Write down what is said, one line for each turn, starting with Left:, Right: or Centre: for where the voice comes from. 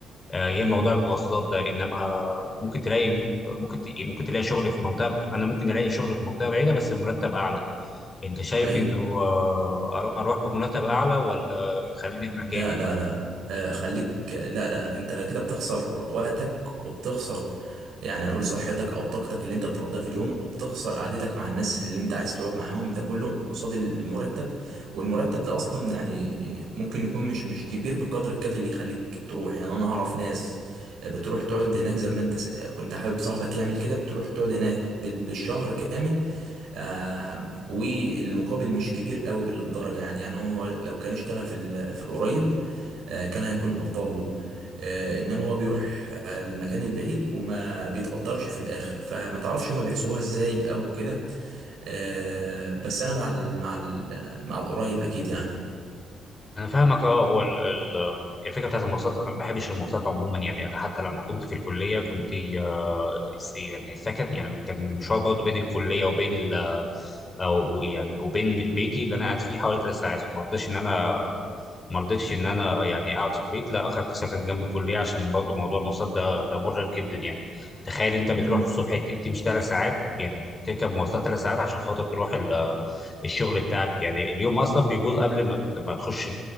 Left: آه، هي
Right: امم
Left: موضوع المواصلات ده انما ممكن تلاقي ممكن ت- ممكن تلاقي شغل في منطقه انا ممكن الاقي شغل في منطقه بعيده بس المرتب اعلى انت شايف
Right: ايوه
Left: انه آه، أرو- اروح بمرتب اعلى ولا خليني في
Right: لا
Left: مكاني
Right: لا لا آه خليك لا لا انت كده بتخسر وقتك وبتخسر يعني هنقول صحتك او طاقتك اللي انت بتقضيها في اليوم وبتخسر قعدتك مع الناس اللي انت عايز تقعد معاهم ده كله قصاد المرتب والمرتب ده اصلا يعني ممكن يكون مش مش كبير بالقدر الكافي اللي يخليك تروح يعني انا اعرف ناس بتروح تقعد هناك زي ما انت س- كنت حابب صاحبك يعمل كده بتروح تقعد هناك بال- بالشهر كامل آه والمقابل مش كبير قوي بالدرجه يعني يعني هو لو كان اشتغل في ال- في القريب آه، كان هيكون افضل له آه، انما هو بيروح آه، للمكان البعيد وما بيتقدرش في الاخر فما تعرفش هما بيحسبوها ازاي او كده آه، بس انا مع ال مع ال مع القريب اكيد يعني
Left: انا فاهمك اه هو ال- ال- الفكره بتاعت المواصلات انا ما بحبش المواصلات عموما يعني انا حتى لما كنت في الكليه كنت آه، س- يعني سكن يعني كان المشوار برضه بين الكليه وبين ال أو يعني وبين البيتي اللي انا قاعد فيه حوالي ثلاث ساعات فما اقدرش ان انا ما رضيتش ان انا يعني اقعد في البيت لا اخدت سكن جنب الكليه عشان برضو موضوع المواصلات ده ده مرهق جدا يعني تخيل انت بتروح
Right: امم
Left: الصبح ت- تمشي ثلاث ساعات يعني تركب مواصلات ثلاث ساعات عشان خاطر تروح ال- الشغل بتاعك يعني اليوم اصلا بيبوظ قبل ما ت- ما تخش ال-